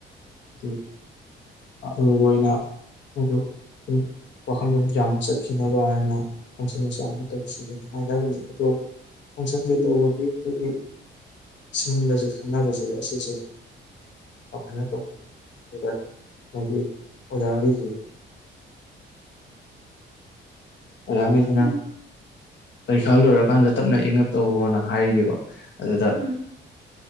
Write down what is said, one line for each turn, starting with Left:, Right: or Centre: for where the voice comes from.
Left: ꯑꯗꯨ꯫ ꯑꯔꯣꯏꯕ ꯑꯣꯏꯅ ꯃꯗꯨ ꯁꯨꯝ ꯋꯥꯈꯟꯗꯣ ꯌꯥꯡꯅ ꯆꯠꯈꯤꯅꯕ ꯍꯥꯏꯅ ꯐꯪꯁꯟ ꯃꯆꯥ ꯑꯃ ꯇꯧꯁꯤꯒꯦꯅ ꯍꯥꯏꯅꯕꯅꯤ ꯑꯗꯣ ꯐꯪꯁꯟꯁꯦ
Right: ꯎꯝ
Left: ꯇꯧꯕꯒꯤ ꯑꯩꯈꯣꯏꯒꯤ ꯁꯤꯟꯕꯁꯦ ꯈꯟꯅꯕꯁꯦ ꯑꯁꯤꯁꯦ ꯀꯃꯥꯏꯅ ꯇꯧꯅ ꯍꯥꯏꯕꯗ ꯍꯥꯏ ꯑꯣꯖꯥꯒꯤꯁꯤ ꯑꯣꯖꯥꯒꯤꯁꯤꯅ
Right: ꯎꯝ
Left: ꯄꯔꯤꯈꯥ ꯂꯣꯏꯔꯀꯥꯟꯗ ꯇꯞꯅ ꯏꯪꯉ ꯇꯧꯌꯣ ꯍꯥꯏꯔꯤꯑꯕ ꯑꯗꯨꯗ
Right: ꯎꯝ